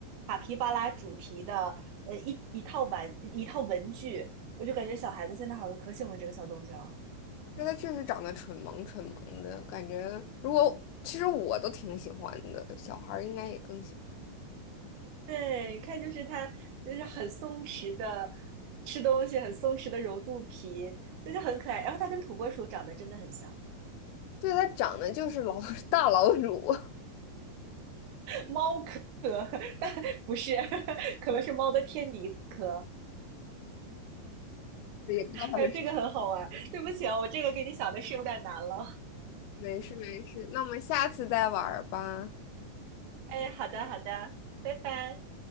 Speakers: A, on the right; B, on the left.
A: 卡皮巴拉主题的呃一一套玩一套文具，我就感觉小孩子现在好像可喜欢这个小东西了。
B: 因为它确实长得蠢萌蠢萌的，感觉如果其实我都挺喜欢的，小孩儿应该也更喜欢。
A: 对，你看，就是它，就是很松弛的吃东西，很松弛的揉肚皮，就是很可爱。然后它跟土拨鼠长得真的很像，
B: 对，它长得就是老 <laughs> 大老鼠。
A: 猫科，但不是，可能是猫的天敌科。
B: 也不知道它是啥。
A: 哎，这个很好玩。对不起啊，我这个给你想的是有点难了。
B: 没事没事，那我们下次再玩儿吧。
A: <laughs> 哎，好的，好的，拜拜。